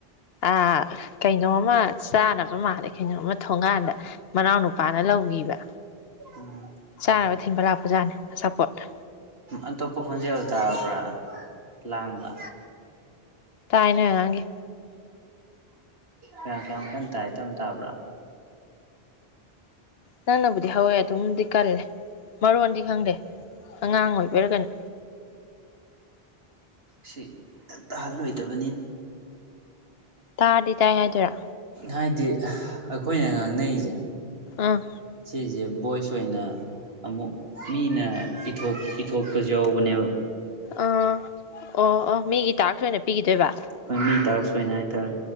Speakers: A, on the left (about 75°); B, on the right (about 70°).
A: ꯑ ꯀꯩꯅꯣꯃ ꯆꯥꯅꯕ ꯃꯥꯜꯂꯦ ꯀꯩꯅꯣꯝꯃ ꯊꯣꯡꯒꯥꯟꯗ ꯃꯅꯥꯎ ꯅꯨꯄꯥꯅ ꯂꯧꯈꯤꯕ
B: ꯎꯝ
A: ꯆꯥꯅꯕ ꯊꯤꯟꯕ ꯂꯥꯛꯄꯖꯥꯅꯤ ꯑꯆꯥꯄꯣꯠꯅꯦ
B: ꯑꯇꯣꯞꯄ ꯈꯣꯟꯖꯦꯜ ꯇꯥꯔꯕ꯭ꯔꯥ ꯂꯥꯡꯕ
A: ꯇꯥꯏ ꯅꯣꯏ ꯑꯉꯥꯡꯒꯤ
B: ꯀꯌꯥ ꯀꯌꯥꯃꯨꯛ ꯀꯟ ꯇ ꯏꯇ ꯇꯥꯕ꯭ꯔꯥ
A: ꯅꯪꯅꯕꯨꯗꯤ ꯍꯧꯋꯦ ꯑꯗꯨꯝꯗꯤ ꯀꯜꯂꯦ ꯃꯔꯣꯟꯗꯤ ꯈꯪꯗꯦ ꯑꯉꯥꯡ ꯑꯣꯏꯕꯤꯔꯒꯅꯣ
B: ꯁꯤ ꯇꯍꯜꯂꯣꯏꯗꯕꯅꯤ
A: ꯇꯥꯔꯗꯤ ꯇꯥꯏ ꯍꯥꯏꯗꯣꯏꯔꯥ
B: ꯍꯥꯏꯗꯤ ꯑꯩꯈꯣꯏꯅ ꯉꯥꯡꯅꯔꯤꯁꯦ
A: ꯑꯥ
B: ꯁꯤ ꯚꯣꯏꯁ ꯑꯣꯏꯅ ꯑꯃꯨꯛ ꯃꯤꯅꯊ ꯏꯊꯣꯛꯄꯁꯨ ꯌꯥꯎꯕꯅꯦꯕ
A: ꯑꯥ ꯑꯣ ꯑꯣ ꯃꯤꯒꯤ ꯇꯥꯔꯁ ꯑꯣꯏꯅ ꯄꯤꯈꯤꯗꯣꯏꯕ
B: ꯍꯣꯏ ꯃꯤ ꯇꯥꯛꯁ ꯑꯣꯏꯅ ꯍꯥꯏꯇꯥꯔꯦ